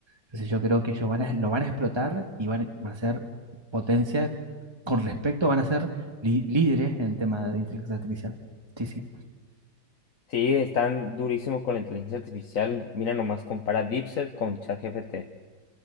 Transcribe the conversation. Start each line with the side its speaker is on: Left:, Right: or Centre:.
Right: Entonces yo creo que ellos van a- lo van a explotar y van, van a ser potencia con respecto, van a ser lí- líderes en tema de inteligencia artificial. Sí, sí.
Left: Sí, están durísimos con la inteligencia artificial. Mira nomás, compara DeepSeek con ChatGPT.